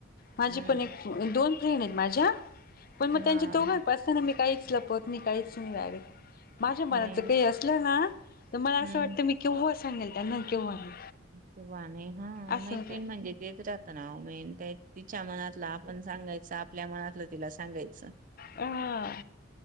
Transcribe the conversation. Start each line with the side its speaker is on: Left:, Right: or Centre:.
Left: माझी
Right: हम्म
Left: पण एक- दोन फ्रेंड येत माझ्या. पण मग
Right: हा
Left: त्यांच्या दोघांपासन
Right: हा
Left: मी काहीच लपवत नाही काहीच नाही लाग माझ्या मनाचं
Right: नाही
Left: काही अस म्हलं ना तर मला असं
Right: हम्म.
Left: वाटतं मी केव्हा सांगेल त्यांना केव्हा नाही.
Right: किंवा नाही हा
Left: असं
Right: मैत्रिण
Left: होत
Right: म्हणजे तेच राहत ना वो तिच्या मनातला आपण सांगायच आप आपल्या मनातलं तिला सांगायचं.
Left: हा.